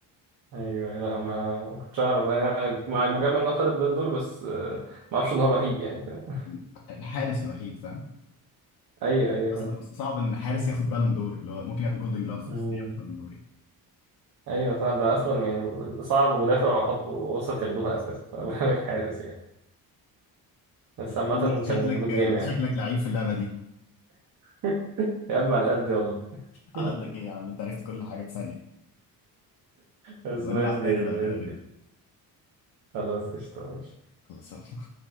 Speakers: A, on the right; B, on the left.
A: ايوه لا ما ما كنتش اعرف انا مع- مجمع ان هو خد البلندور دور بس آه، ما اعرفش ان هو الوحيد يعني فاهم
B: مم. الحارس الوحيد فاهم
A: ايوه ايوه
B: اصل
A: فاهم
B: بص- صعب ان حارس
A: بس
B: ياخد بالون دور اللي هو ممكن ياخد جولدن جلوفز
A: امم
B: بس ليه ياخد بالون دور يعني
A: ايوه صح ده اصلا يعني صعب ومدافع وخط وسط ياخدوها اساسا <laughs> فما
B: بالظبط.
A: بالك حارس يعني بس
B: لا،
A: عامة
B: انت شكلك
A: كان جود
B: انت
A: جيم يعني
B: شكلك لعيب في اللعبه دي
A: <laughs> يا عم على قد والله <laughs>
B: على قدك ايه يا عم انت عرفت كل حاجه في ثانيه
A: بس
B: نبقى
A: نايس
B: نلعب
A: جيم
B: تاني بقى كده
A: نايس
B: كده
A: جيم خلاص قشطة ماشي
B: خلاص